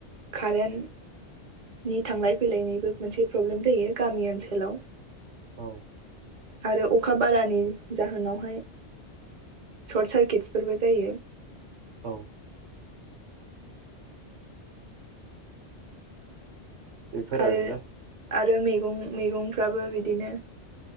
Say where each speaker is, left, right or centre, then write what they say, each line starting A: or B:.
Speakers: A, on the right; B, on the right.
A: कारेन्टनि थांलाय फैलायनिबो मोनसे प्रब्लेम जायो गामि ओनसोलाव।
B: औ।
A: आरो अखा बारानि जाहोनावहाय सर्ट सार्किटसफोरबो जायो।
B: औ। बेफोर
A: आरो
B: आरोना।
A: आरो मैगं मैगंफ्राबो बिदिनो